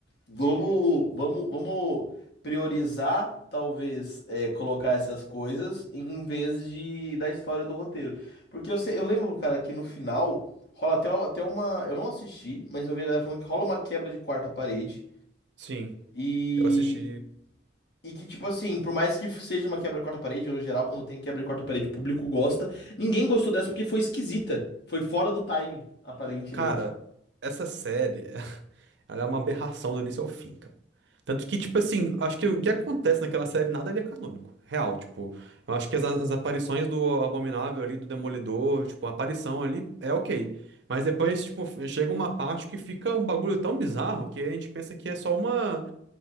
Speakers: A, on the left; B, on the right.
A: vamos, vamos, vamos priorizar, talvez, é, colocar essas coisas em vez de da história do roteiro. Porque eu, sei- eu lembro, cara, que no final rola até, até uma. Eu não assisti, mas eu vi a galera falando que rola uma quebra de quarta parede.
B: Sim,
A: E,
B: eu assisti,
A: e que, tipo assim, por mais que seja uma quebra de quarta parede, no geral, quando tem quebra de quarta parede, o público gosta. Ninguém gostou dessa porque foi esquisita. Foi fora do timing, aparentemente.
B: Cara, essa série, <laughs> ela é uma aberração do início ao fim, cara. Tanto que, tipo assim, acho que o que acontece naquela série, nada ali é canônico. Real, tipo, eu acho que as, as aparições do Abominável ali, do Demolidor, tipo, a aparição ali é ok. Mas depois, tipo, chega uma parte que fica um bagulho tão bizarro que a gente pensa que é só uma.